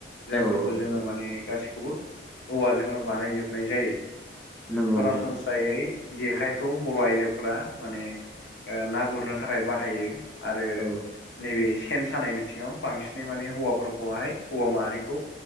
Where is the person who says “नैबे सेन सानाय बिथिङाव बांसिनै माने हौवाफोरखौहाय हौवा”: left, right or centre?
Left